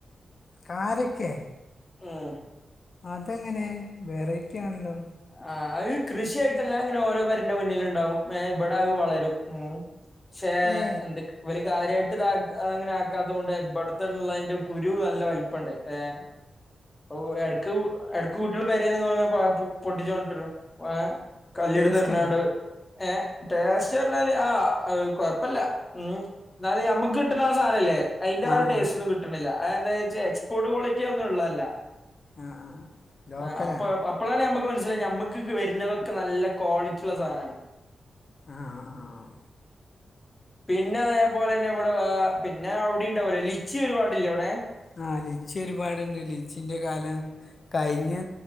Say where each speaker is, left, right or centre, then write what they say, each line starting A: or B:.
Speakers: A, on the left; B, on the left.
A: കാരക്കെ
B: ഉം
A: അതെങ്ങനെ വെറൈറ്റി ആണല്ലോ
B: ആ അത് കൃഷിയായിട്ടെല്ലാ ഇങ്ങനെ ഓരോ പെരന്റെ മുന്നില് ഇണ്ടാവും. ഇ ബെടെ അത് വളരും ഉം ശേ
A: ഏ
B: എന്തക് ഇവര് കാര്യായിട്ട് ഇതാക് അ അങ്ങനെ ആക്കാത്തോണ്ട് ഇബെട്ത്ത്ള്ളേന്റെ കുരു നല്ല വലിപ്പണ്ട് ഏഹ്.
A: !!
B: ഒ എട്ക്ക് എട്ക്ക് കുട്ട്യേള് പേരേന്ന് പായ്പു. പൊട്ടിച്ചോണ്ട്രും ഏഹ് കല്ലിട്ത്ത്
A: ടേസ്റ്റ്
B: എറിഞ്ഞാട്
A: ഉണ്ടോ
B: ഏ ടേസ്റ്റ് പറ്ഞ്ഞാല് ആ കൊഴപ്പല്ല ഉം ഇന്നാലു നമ്മക്ക് കിട്ട്ണ ആ സാനംല്ലേ അതിന്റെ
A: ആ
B: ഒരു ടേസ്
A: ആ
B: ഒന്നും കിട്ട്ണില്ല. എന്താച്ച എക്സ്പോർട്ട് കോളിറ്റി ഒന്നും ഉള്ള അല്ല.
A: ആ ആ ലോക്കലാണ്
B: ആഹ് അപ്പൊ ഇപ്പളാണ് നമക്ക് മനസ്സിലായത്. ഞമക്ക് ക്ക് വരുന്നതക്കെ നല്ല ക്വാളിറ്റിയുള്ള സാനാ ണ്
A: ആഹ് ആഹ്
B: പിന്നെ അതേപോലെന്നെ ഇവടെ വാ പിന്നെ അവിടെ ഉണ്ടാവൂലേ. ലിച്ചി ഒരുപാടില്ലേ ഔടെ?
A: ആ ലിച്ചി ഒരുപാട്ണ്ട്. ലിച്ചിന്റെ കാലം കഴിഞ്ഞ്